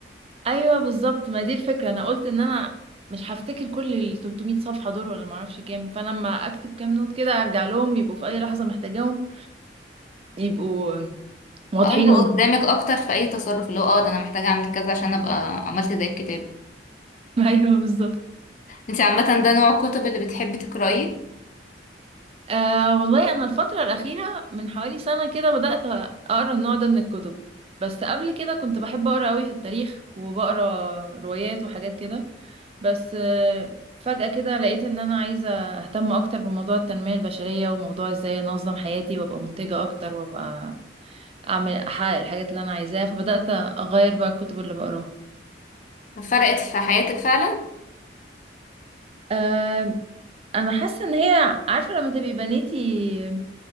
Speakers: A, on the right; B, on the left.
A: ايوه بالظبط ما دي الفكرة انا قلت ان انا مش هفتكر كل ال 300 صفحة دول ولا ما اعرفش كام فانا لما اكتب كام نوت كده ارجع لهم يبقوا في اي لحظة محتاجاهم يبقوا واضحين
B: اه يبقى
A: قدامي
B: قدامك أكتر في أي تصرف اللي هو اه ده أنا محتاجة أعمل كذا عشان أبقى عملت زي الكتاب
A: <laughs> ايوه بالظبط
B: انت عامة ده نوع الكتب اللي بتحبي تقرأيه
A: أه والله أنا الفترة الأخيرة من حوالي سنة كده بدأت أقرأ النوع ده من الكتب بس قبل كده كنت بحب أقرأ قوي في التاريخ وبقرأ روايات وحاجات كده بس أه فجأة كده لقيت إن أنا عايزة أهتم أكتر بموضوع التنمية البشرية وموضوع إزاي أنظم حياتي وأبقى منتجة أكتر وأبقى أعمل أحقق الحاجات اللي أنا عايزاها فبدأت أغير بقى الكتب اللي بقراها
B: فرقت في حياتك فعلا
A: أه أنا حاسة إن هي عارفة لما تبقي بنيتي